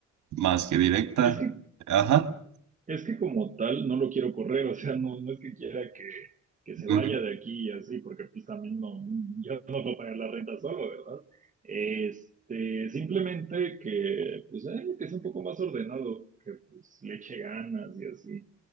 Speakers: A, on the right; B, on the right.
A: más que directa.
B: Es que
A: Ajá.
B: Es que como tal no lo quiero correr, o sea, no, no es que quiera que, que se
A: Ujú,
B: vaya de aquí y así, porque pues también no, yo no puedo pagar la renta solo, ¿verdad? Este, simplemente que, pues, eh, que es un poco más ordenado, que pues le eche ganas y así.